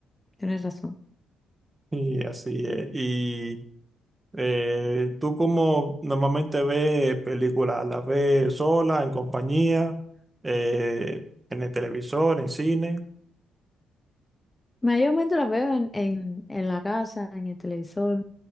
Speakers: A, on the left; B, on the right.
A: tienes razón.
B: Y así es. Y eh, tú como normalmente ves películas, ¿las ves sola, en compañía, eh, en el televisor, en cine?
A: Mayormente las veo en, en, en la casa, en el televisor,